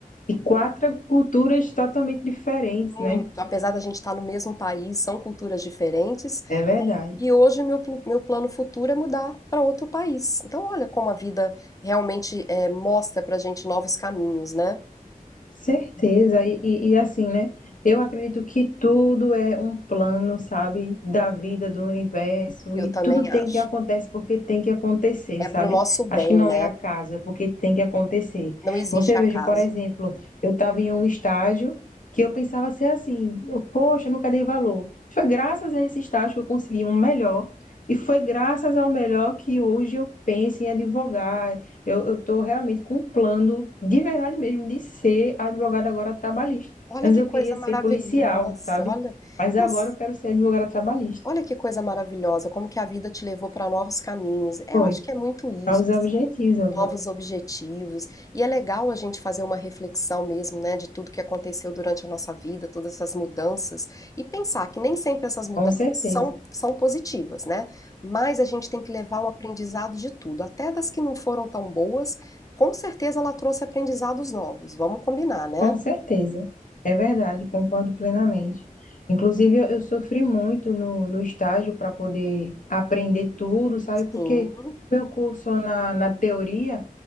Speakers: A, on the left; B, on the left.
A: E quatro culturas totalmente diferentes,
B: muito,
A: né?
B: apesar da gente estar no mesmo país, são culturas diferentes,
A: É verdade.
B: e hoje meu, pl- meu plano futuro é mudar para outro país. Então, olha como a vida realmente é, mostra pra gente novos caminhos, né?
A: Certeza, e, e, e assim, né? Eu acredito que tudo é um plano, sabe, da vida, do universo,
B: Eu
A: e
B: também
A: tudo tem
B: acho.
A: que acontecer porque tem que acontecer,
B: É
A: sabe?
B: pro nosso bem,
A: Acho que não
B: né?
A: é acaso, é porque tem que acontecer.
B: Não existe
A: Você veja,
B: acaso.
A: por exemplo, eu estava em um estágio que eu pensava ser assim, eu, poxa, eu nunca dei valor. Foi graças a esse estágio que eu consegui um melhor, e foi graças ao melhor que hoje eu penso em advogar, eu, estou realmente com um plano, de verdade mesmo, de ser advogada agora trabalhista.
B: Olha
A: Antes
B: que
A: eu
B: coisa
A: queria ser
B: maravilhosa,
A: policial, sabe?
B: olha,
A: Mas agora
B: nossa,
A: eu quero ser advogada trabalhista.
B: olha que coisa maravilhosa, como que a vida te levou para novos caminhos. É,
A: Foi.
B: eu acho que é muito isso,
A: Para
B: assim,
A: objetivos agora.
B: novos objetivos. E é legal a gente fazer uma reflexão mesmo, né, de tudo que aconteceu durante a nossa vida, todas essas mudanças, e pensar que nem sempre essas mudanças
A: Com certeza.
B: são, são positivas, né? Mas a gente tem que levar um aprendizado de tudo, até das que não foram tão boas. Com certeza ela trouxe aprendizados novos, vamos combinar, né?
A: Com certeza. É verdade, concordo plenamente. Inclusive, eu, eu sofri muito no, no estágio para poder aprender tudo, sabe?
B: Sim.
A: Porque meu curso na, na teoria.